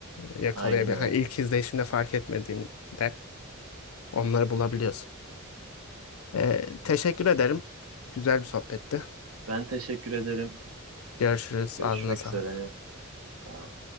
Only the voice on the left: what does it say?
yakalayabilir.
Hani ilk izleyişinde fark etmediğinde onları bulabiliyorsun. E, teşekkür ederim. Güzel bir sohbetti.
Görüşürüz.
Ağzına sağlık.